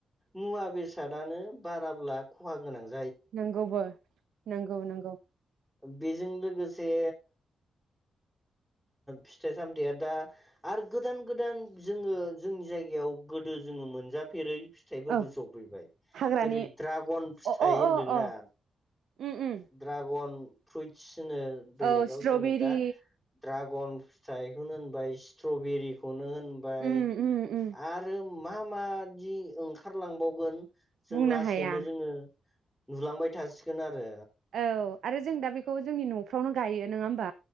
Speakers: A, in the centre; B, on the right (about 80°).
A: मुवा बेसादानो बाराब्ला खहा गोनां जायो
B: नंगौबो नंगौ नंगौ
A: बेजों लोगोसे फिथाइ सामथाया दा आरो गोदान गोदान जोङो जोंनि जायगायाव गोदो जोङो मोनजाफेरै फिथाइफोरबो
B: औ
A: जफैबाय
B: हाग्रानि
A: जेरै ड्रागन फिथाइ
B: अ अ
A: होन्दोंना
B: अ अ उम उम
A: ड्रागन फ्रुइत्स जोङो बेलेगाव
B: औ स्ट्रबेरि
A: जोङो दा बन फिथाय खौनो होनबाय स्ट्रबेरी बाय
B: उम उम उम
A: आरो मा मादि ओंखारलांबावगोन जों
B: बुंनो
A: लासैनो
B: हाया
A: जोङो नुलांबाय थासिगोन आरो
B: औ आरो जों दा बेखौ जोंनि न'फ्रावनो गायो नङा होमबा